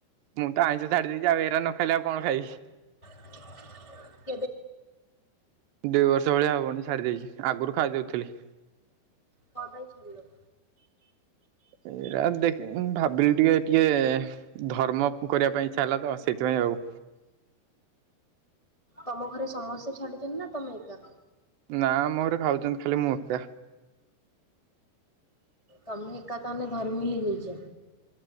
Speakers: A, on the right; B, on the left.
A: ମୁଁ ତ ଆଇଁଷ ଛାଡିଦେଇଛି ଆଉ ଏରା ନ ଖାଇଲେ ଆଉ କଣ ଖାଇବି।
B: <inaudible>
A: ଦି ବର୍ଷ ଭଳିଆ ହବନି ଛାଡି ଦେଇଛି ଆଗରୁ ଖାଇଦଉଥିଲି।
B: କଣ ପାଇଁ ଛାଡ଼ିଲ?
A: ଏଇରା ଦେ ମୁଁ ଭାବିଲି ଟିକେ ଟିକେ ଧର୍ମ କରିବା ପାଇଁ ଇଚ୍ଛା ହେଲା ତ। ସେଇଥିପାଇଁ ଆଉ।
B: ତମ ଘରେ ସମସ୍ତେ ଛାଡିଛନ୍ତି ନା ତମେ ଏକା?
A: ନା ମୋ ଘର ଖାଉଛନ୍ତି ଖାଲି ମୁଁ ଏକା।
B: ତମେ ଏକା ତାହାଲେ ଧର୍ମି ହେଇଯାଇଚ।